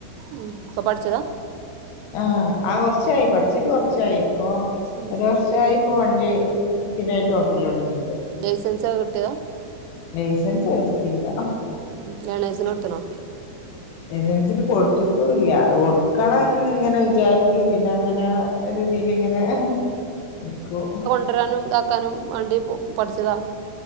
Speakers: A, on the right (about 90°); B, on the left (about 85°).
A: ഉം ഇപ്പ പഠ്ച്ചതാ?
B: ആഹ് ആ കൊർച്ചായി പഠിച്ചിട്ട് കൊർച്ചായി ഇപ്പൊ
A: ഉം
B: ഒരു വർഷം. ച്ചായ് ഇപ്പോ വണ്ടി സ്ഥിരായിട്ട് ഓട്ടൊലൊട്ങ്ങിയിട്ട്.
A: ലൈസൻസക കിട്ടിയതാ.
B: ലൈസൻസ് എടുത്തില്ല.
A: ലേണേർസിന് കൊട്ത്ത്ണോ?
B: ലൈസൻസിന് കൊടുത്ത്ട്ടുംല്ല കൊടുക്കണംന്ന് ങ്ങനെ വി. വിചാരിക്കു പിന്നങ്ങനാ ഒര്തീല്ങ്ങനെ നിക്കൂ
A: കൊണ്ട്രാനും ഇതാക്കാനും വാണ്ടി പ പഠിച്ചതാ.